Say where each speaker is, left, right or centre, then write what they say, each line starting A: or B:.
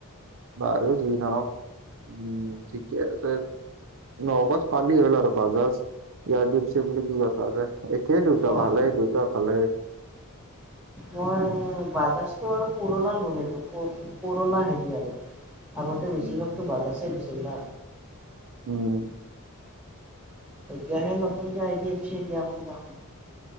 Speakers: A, on the right (about 60°); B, in the centre.
A: বাৰু যি নহক, উম ঠিকে আছে। নগজ পালি হ'ল আৰু বাজাজ ইয়াৰ দিপচ বুলি কি কথা আছে। একেই দুটা
B: অঁ
A: ভালেই দুটা ভালেই।
B: মই বাজাজটো আৰু পুৰণা লোন সেইটো পুৰণা হেৰি আৰু আগতে বেছিভাগতো
A: উম
B: বাজছেই দিছিল না।
A: উম।
B: এতিয়া সে নতুনকে আই ডি এফ চি এ দিয়া কোৰ লা।